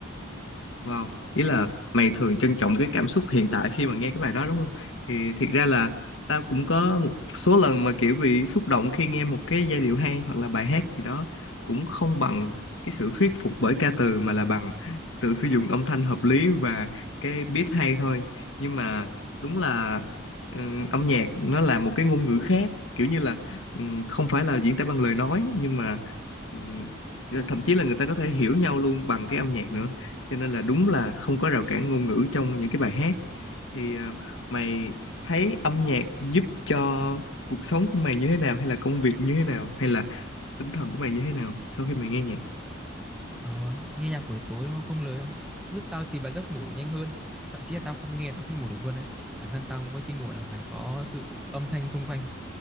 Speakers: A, on the left; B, in the centre.
A: Wow, ý là mày thường trân trọng cái cảm xúc hiện tại khi mà nghe cái bài đó đúng không? Thì thiệt ra là tao cũng có một số lần mà kiểu bị xúc động khi nghe một cái giai điệu hay hoặc là bài hát gì đó cũng không bằng cái sự thuyết phục bởi ca từ mà là bằng tự sử dụng âm thanh hợp lý và cái beat hay thôi. Nhưng mà đúng là ừm, âm nhạc nó là một cái ngôn ngữ khác, kiểu như là ừm, không phải là diễn tả bằng lời nói nhưng mà ừm, thậm chí là người ta có thể hiểu nhau luôn bằng cái âm nhạc nữa cho nên là đúng là không có rào cản ngôn ngữ trong những cái bài hát thì ờ, mày thấy âm nhạc giúp cho cuộc sống của mày như thế nào hay là công việc như thế nào hay là tinh thần của mày như thế nào sau khi mày nghe nhạc
B: ờ nghe nhạc buổi tối nó không Không lời không giúp tao chìm vào giấc ngủ nhanh hơn thậm chí là tao không nghe tao không ngủ được luôn đấy bản thân tao cũng mỗi khi ngủ là phải có sự âm thanh xung quanh